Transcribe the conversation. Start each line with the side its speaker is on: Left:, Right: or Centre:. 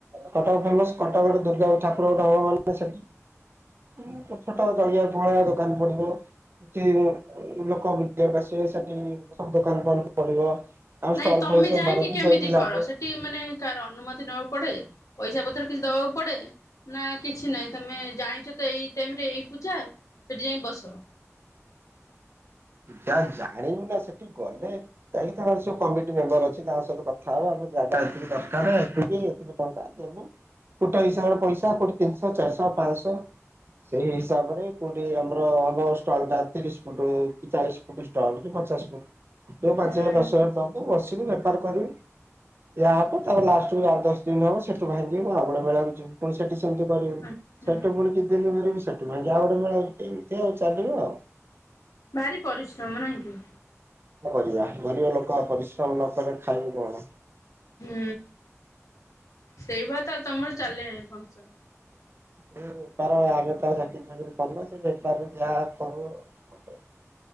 Right: କଟକ ଫେମ୍ସ୍ କଟକରେ ଦୁର୍ଗା ଠାକୁର ଗୋଟେ ହବ ମାନ ସେଠି। ଛୋଟ ଛୋଟ ଜଳିଖିଆ ଫଳି ଖିଆ ଦୋକାନ ଦୋକାନ ପଡିବ କିଛି ଲୋକ ବୁଲିବାକୁ କୁ ଆସିବେ ସେଠି ସବୁ ଦୋକାନ ପଡିବ। ପଡିବ। ଆଉ
Left: ନାଇଁ
Right: ଷ୍ଟଲ
Left: ତମେ
Right: ଫଲ ସବୁ
Left: ଯାଇକି
Right: ମାରନ୍ତି
Left: କେମିତି
Right: ଦୋଳି
Left: କର
Right: ଲାଗେ
Left: ସେଠି ମାନେ କାହାର ଅନୁମତି ନବାକୁ ପଡେ? ପଇସା ପତ୍ର କିଛି ଦବାକୁ ପଡେ ନା କିଛି ନାହିଁ ତମେ ଜାଣିଛ ତ ଏଇ ଟାଇମ ରେ ଏଇ ପୂଜା। ସେଠି ଯାଇଁ ବସ।
Right: ଯାହା ଜାଣିନୁ ନା ସେଠି ଗଲେ କାହିଁଥା ସବୁ କମିଟି ମେମ୍ବର ଅଛି ତାଙ୍କ ସହିତ କଥା ହବା ଆମେ। ଜାଗା ଯେତିକି ଦରକାର ହେତୀ ଏ ଏତିକି ଟଙ୍କା ଦବୁ ଫୁଟ ହିସାବରେ ପଇସା କୋଉଠି ତିନିଶ ଚାରିଶ ପାଆଶ ସେଇ ହିସାବରେ କୋଉଠି ଆମର ହବ ଷ୍ଟଲ ଟା ତିରିଶ ଫୁଟ। ଚାଳିଶି ଫୁଟ ଷ୍ଟଲ କି ପଚାଶ ଫୁଟ ଯୋଉ ପାଞ୍ଚ
Left: ହୁଁ
Right: ହଜାର ଦଶ ହଜାର ଦବୁ ବସିବି ବେପାର କରିବୁ। ଦିଆ ହବ ତା ଲାଷ୍ଟ କୁ ଆଠ ଦଶ ଦିନ ହବ ସେଠୁ ଭାଙ୍ଗିକି ଆଉ ଗୋଟେ ମେଳାକୁ ଯିବୁ ପୁଣି ସେଠି ସେମତି କରିବି
Left: ଆଚ୍ଛା
Right: ସେଠି ଫୁଣି କିଛିଦିନ ଘରେ ବସିବି। ସେଠୁ ଫୁଣି ଆଉ ଗୋଟେ ମେଳାକୁ ଇନ୍ତି ଆଉ ଚାଲିବ ଆଉ।
Left: ଭାରି ପରିଶ୍ରମ ନାହିଁ କି
Right: କଣ କରିବା ଗରିବ ଲୋକ ପରିଶ୍ରମ ନ କଲେ ଖାଇବୁ କଣ
Left: ହୁଁ ସେଇ ଭଳିଆ ତାହେଲେ ତମର ଚାଲେ ଫଂକ୍ସନ।
Right: ବେପାର ଆମେ ତ ଚାକିରି ଫାକିରି କରୁନୁ ସେଇ ବେପାରରୁ ଯାହା କରୁ ଆଉ।